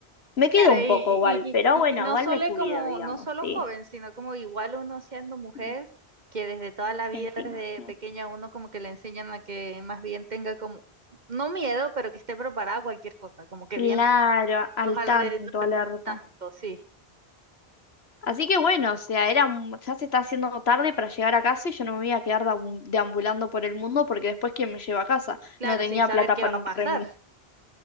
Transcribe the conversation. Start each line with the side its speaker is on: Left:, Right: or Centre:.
Left: Me quedo
Right: Claro,
Left: un
Right: y, y,
Left: poco igual,
Right: y,
Left: pero
Right: y-
Left: bueno,
Right: y no
Left: igual
Right: solo
Left: me cuido,
Right: como,
Left: digamos,
Right: no solo
Left: sí.
Right: joven, sino como igual uno siendo mujer,
Left: Mm,
Right: que desde toda la vida,
Left: Encima.
Right: desde
Left: mm.
Right: pequeña, uno como que le enseñan a que más bien tenga como, no miedo, pero que esté preparada a cualquier cosa, como que
Left: Claro,
Right: viendo
Left: al
Right: los alrededores
Left: tanto, alerta.
Right: tanto, sí.
Left: Así que bueno, o sea, era, un- ya se está haciendo tarde para llegar a casa y yo no me voy a quedar deambu- deambulando por el mundo porque después quién me lleva a casa.
Right: Claro,
Left: No tenía
Right: sin saber
Left: plata
Right: qué
Left: para
Right: va a
Left: un
Right: pasar.
Left: remis.